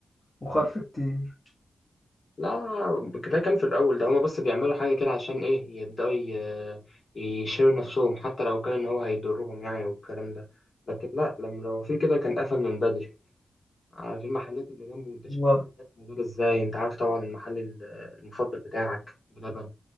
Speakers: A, on the left; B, on the left.
A: وخرف كتير
B: لا ده كان في الأول ده هما بس بيعملوا حاجة كده عشان إيه يبدأوا ي- يشيلوا نفسهم حتى لو كان إن هو هيضرهم يعني والكلام ده لكن لا لما لو في كده كان قفل من بدري على في المحلات اللي جنبه انت شايف
A: والله
B: المحلات موجودة ازاي انت عارف طبعا المحل ال- المفضل بتاعك بلبن